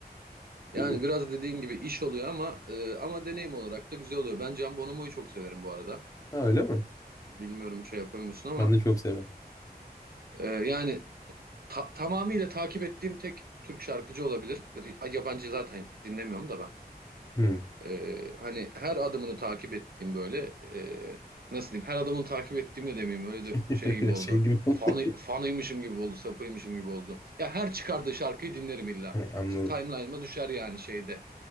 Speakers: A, on the right (about 65°); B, on the left (about 20°).
A: Yani
B: Bilmiyorum.
A: biraz dediğin gibi iş oluyor ama e, ama deneyim olarak da güzel oluyor. Ben Can Bonomo'yu çok severim bu arada.
B: Ha öyle mi?
A: Bilmiyorum şey yapıyor musun ama
B: Ben de çok severim.
A: e, yani ta- tamamıyla takip ettiğim tek Türk şarkıcı olabilir. Yabancı zaten dinlemiyorum da ben.
B: Hmm.
A: Ee, hani her adımını takip ettiğim böyle e, nasıl diyeyim her adımını takip ettiğim de demeyeyim öyle
B: <laughs>
A: de şey gibi
B: Biraz
A: oldu.
B: şey gibi oldu.
A: Fanı,
B: <laughs>
A: fanıymışım gibi oldu, sapıymışım gibi oldu. Ya her çıkardığı şarkıyı dinlerim illa.
B: Ha, Anladım.
A: Timeline'ıma düşer yani şeyde.